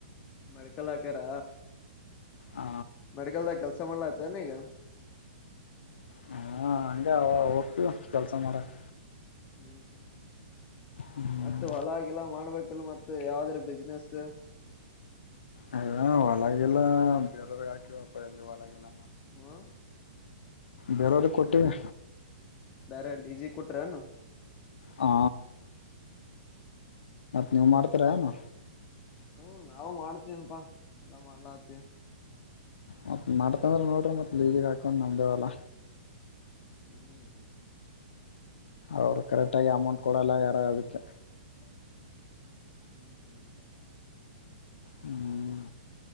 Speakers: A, on the left; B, on the left.
A: ಮೆಡ್ಕಲ್ ಹಾಕ್ಯಾರ
B: ಆ
A: ಮೆಡಿಕಲ್ದ ಕೆಲ್ಸ ಕೆಲಸ ಮಾಡಲಾತಿಯೇನಿಗ
B: ಹಾ ಹಂಗ ಹೋಗ್ತಿವಿ ಕೆಲಸ ಮಾಡಕ್ಕ
A: ಹ್ಮ್ ಹ್ಮ್
B: ಹ್ಮ್
A: ಮತ್ತೆ ಹೊಲಗಿಲ ಮಾಡ್ಬೇಕ ಕಿಲ್ಲ ಮತ್ತ ಯಾವ್ದ್ರ ಬಿಸ್ನೆಸ್
B: ಅ ಹೊಲಗಿಲ ಬೇರವ್ರೀಗೆ ಹಾಕಿವಪ್ಪ ಯಲ್ಲಿ ಹೊಲಗಿಲ
A: ಹಾ
B: ಬೇರವ್ರೀಗ ಕೊಟ್ಟಿವೀ
A: ಬ್ಯಾರೆ ಲೀಸಿಗೆ ಕೊಟ್ಟಿರೇನು
B: ಹಾ ನೀವು ಮಾಡ್ತೀರಾನು
A: ಹ್ಮ ನಾವು ಮಾಡ್ತೇವ್ಪಾ ಎಲ್ಲಾ ಮಾಡ್ಲತಿವಿ
B: ಮತ್ ಮಾಡ್ತಂದ್ರೆ ನೋಡಿರಿ ಮತ್ತ ಲೀಜಿಗೆ ಹಾಕೊಂಡು ನಮ್ದು ಹೊಲ
A: ಹ್ಮ್
B: ಅವ್ರು ಕರೆಕ್ಟಾಗಿ ಅಮೌಂಟ್ ಕೊಡಲ್ಲ ಯಾರಾ ಅದಕ್ಕೆ
A: <inaudible>
B: ಹ್ಮ್